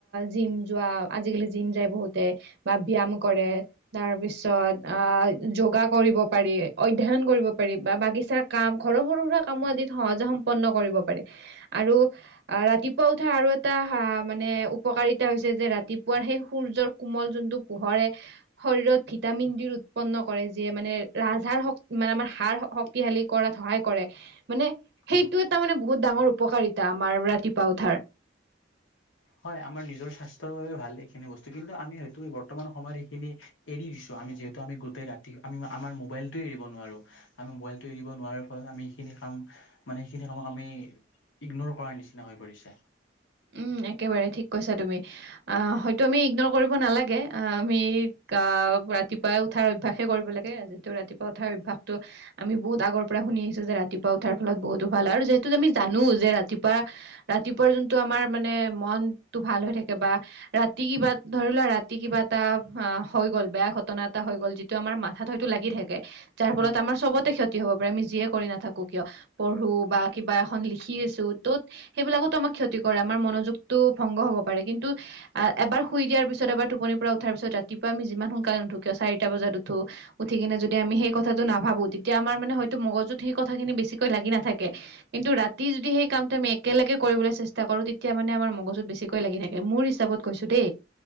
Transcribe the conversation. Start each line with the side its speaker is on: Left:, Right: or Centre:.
Right: জিম যোৱা আজিকালি জিম যায় বহুতে বা ব্যায়াম কৰে তাৰ তাৰ পিছত আ যোগা কৰিব পাৰি, অধ্যয়ন কৰিব পাৰিবা বাগিচাৰ কাম সৰু সৰু সুৰা কামো আদিত সহজে সম্পন্ন কৰিব পাৰে আৰু- ৰাতিপুৱা উঠা আৰু এটা মানে উপকাৰিতা হৈছে যে ৰাতিপুৱাৰ সেই সূৰ্যৰ কোমল যোনটো পোহৰে শৰীৰত ভিটামিন ডি উৎপন্ন কৰে যিয়ে মানে ৰাজহাড়ৰ শক্ত- মানে আমাৰ হাড় শক্তিশালী কৰাত সহায় কৰে মানে
Left: হয়
Right: সেইটো এটা মানে বহুত ডাঙৰ- উপকাৰিতা আমাৰ ৰাতিপুৱা উঠাৰ
Left: হয় আমাৰ নিজৰ স্বাস্থ্যৰ বাবে ভাল এইখিনি বস্তু কিন্তু আমি হয়তো বৰ্তমান সময়ত সেইখিনি এৰি দিছোঁ আৰু- আমি যিহেতু আমি গোটেই ৰাতি আমি আমাৰ মোবাইলটো এৰিব নোৱাৰো। আমি মোবাইলটো এৰি নোৱাৰাৰ ফলত আমি এইখিনি- কাম মানে সেইখিনি কামক আমি ইগনৰ কৰাৰ নিচিনা হৈ পৰিছে।
Right: উম একেবাৰে ঠিক কৈছা তুমি আহ হয়তো আমি ইগনৰ কৰিব নালাগে আমি কা ৰাতিপুৱাই উঠাৰ অভ্যাসে কৰিব লাগে যিটো ৰাতিপুৱা উঠাৰ অভ্যাসত আমি বহুত আগৰ পৰা শুনি আহিছো যে ৰাতিপুৱা উঠাৰ ফলত বহুত ভাল আৰু যিহেতু আমি জানো যে ৰাতিপুৱা, ৰাতিপুৱাৰ যোনটো আমাৰ মানে মনটো ভাল হৈ থাকে, বা ৰাতি কিবা ধৰি লোৱা ৰাতি কিবা এটা হৈ গ'ল বেয়া ঘটনা এটা হৈ গ'ল যিটো আমাৰ মাথাত হয়তো লাগি থাকে যাৰ ফলত
Left: উম
Right: আমাৰ চবতে ক্ষতি হব পাৰে আমি যিয়ে কৰি নাথাকোঁ কিয় পঢ়ো বা কিবা এখন লিখি আছোঁ ত'ত সেইবিলাকতো আমাক ক্ষতি কৰে আমাৰ মনোযোগটো ভংগ হ'ব পাৰে। কিন্তু আ এবাৰ শুই দিয়াৰ পিছত, এবাৰ টোপনিৰ পৰা উঠাৰ পিছত ৰাতিপুৱা আমি যিমান সোনকালে নুঠো কিয় চাৰিটা বজাত উঠো, উঠি কিনে যদি আমি সেই কথাটো নাভাবো, তেতিয়া আমাৰ মানে হয়তো মগজুত সেই কথাখিনি বেছিকৈ লাগি নাথাকে। কিন্তু ৰাতি যদি সেই কামটো আমি একেলগে কৰিবলৈ চেষ্টা চেষ্টা কৰো তেতিয়া মানে আমাৰ মগজুত বেছিকৈ লাগি থাকে মোৰ হিচাপত কৈছো দেই।